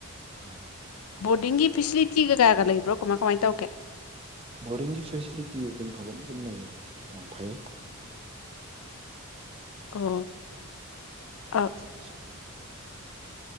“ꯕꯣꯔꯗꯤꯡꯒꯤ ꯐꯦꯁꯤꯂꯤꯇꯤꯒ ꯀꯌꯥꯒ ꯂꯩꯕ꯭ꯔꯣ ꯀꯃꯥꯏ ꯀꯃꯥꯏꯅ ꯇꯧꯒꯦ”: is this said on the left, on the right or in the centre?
Left